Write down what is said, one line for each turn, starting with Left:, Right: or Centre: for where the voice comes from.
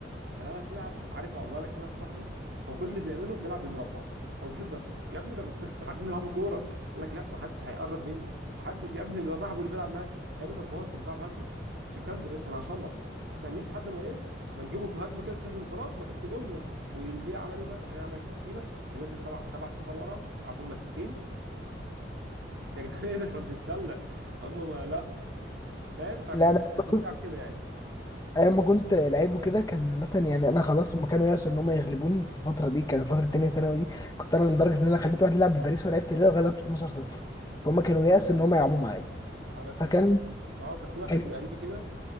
Right: فلما تلعب عارفها والله انا في واحد صاحبي هو كل اللي بيعمله بيلعب بالمربع هو بيشوط بس يا ابني ده بست... <laughs> عايزين نلعبوا كوره قال لك لا محدش هيقرب مني محدش يا ابني اللي هو صاحبه اللي بيلعب معاه يا ابني طب باص نلعب هجمه مفيش الكلام ده يا باشا انا هشلط ما تسالنيش لحد ما ايه ما نجيبه هجمه كده تروح بانفراد نحط جون ون- واللي عمل ايه بقى راح جاي عمل التشكيله منزل طبعا سبعه انفار ورا وقعوا مساكين <laughs> يا جدعان ايه ده <laughs> احنا بنتسلى هم ما لا فاهم فكان
Left: لا انا
Right: كانت
Left: كنت
Right: ممتعه بكده يعني
Left: ايام ما كنت لعيب وكده كان مثلا يعني انا خلاص هم كانوا يأسوا ان هم يغلبوني في الفتره دي كان فتره تانية ثانوي دي كنت انا لدرجه ان انا خليت واحد يلعب بباريس ولعبت الهلال وغلبته 12 0 فهم كانوا يأسوا ان هم يلعبوا معايا
Right: انا ك...
Left: فكان
Right: ك... اه كان في واحد
Left: كان
Right: قريبي كده